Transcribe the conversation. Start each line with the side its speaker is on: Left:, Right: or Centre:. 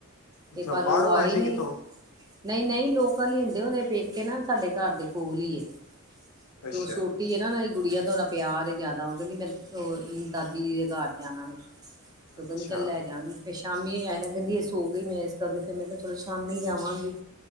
Right: ਤੇ
Left: ਅੱਛਾ
Right: ਪਰ
Left: ਬਾਹਰੋਂ
Right: ਉਹ ਆਈ
Left: ਆਏ ਸੀ
Right: ਨਹੀਂ
Left: ਕਿੱਥੋਂ
Right: ਨਹੀਂ-ਨਹੀਂ, ਲੋਕਾਂ ਲਈ ਹੁੰਦੇ ਹੋਣੇ ਪੇਕੇ ਨਾ ਸਾਡੇ ਘਰ ਦੇ ਕੋਲ ਹੀ ਐ
Left: ਅੱਛਾ
Right: ਤੇ ਉਹ ਛੋਟੀ ਆ ਨਾ। ਕੁੜੀਆਂ ਦਾ ਉਹਦਾ ਪਿਆਹ ਜਿਆਦਾ ਉਹ ਕਹਿੰਦੀ ਮੈਂ ਦਾਦੀ ਜੀ ਦੇ ਘਰ ਜਾਣਾ ਵੀ। ਓ
Left: ਅੱਛਾ
Right: ਕਹਿੰਦੇ ਚੱਲ ਲੈਜਾਗੇ। ਫਿਰ ਸ਼ਾਮੀ ਐ ਨਾ ਕਹਿੰਦੀ ਇਹ ਸੋ ਗਈ ਮੈਂ ਇਸ ਕਰਕੇ ਫਿਰ ਮੈਂ ਕਿਹਾ ਚਲੋ ਸ਼ਾਮੀ ਜਾਵਾਂਗੀ।